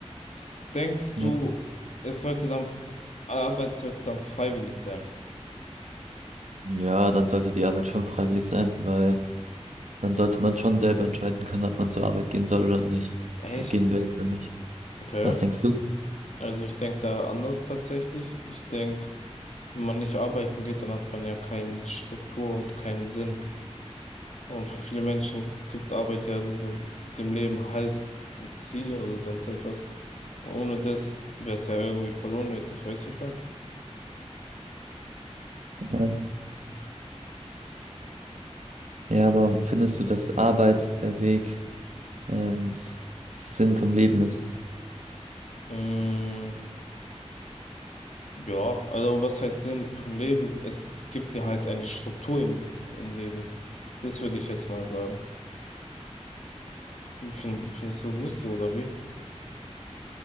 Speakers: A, on the left; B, on the right.
A: Denkst
B: Ja.
A: du, es sollte dann, f- Arbeit sollte dann freiwillig sein?
B: Ja, dann sollte die Arbeit schon freiwillig sein, weil dann sollte man schon selber entscheiden können, ob man zur Arbeit gehen soll oder nicht,
A: Echt?
B: gehen will oder nicht.
A: Okay.
B: Was denkst du?
A: Also ich denke da anders tatsächlich. Ich denke, wenn man nicht arbeiten geht, dann hat man ja keine Struktur und keinen Sinn. Und für viele Menschen gibt Arbeit ja so dem Leben Halt und Ziele oder sonst etwas. Ohne das wäre es ja irgendwie voll unnötig, weißt du, wie ich meine?
B: Ähm, Ja, aber findest du, dass Arbeit der Weg, ähm, s- das Sinn vom Leben ist?
A: Mm, ja, also was heißt Sinn vom Leben? Es gibt dir halt eine Struktur im, im Leben. Das würde ich jetzt mal sagen. Find, findest du nicht so, oder wie?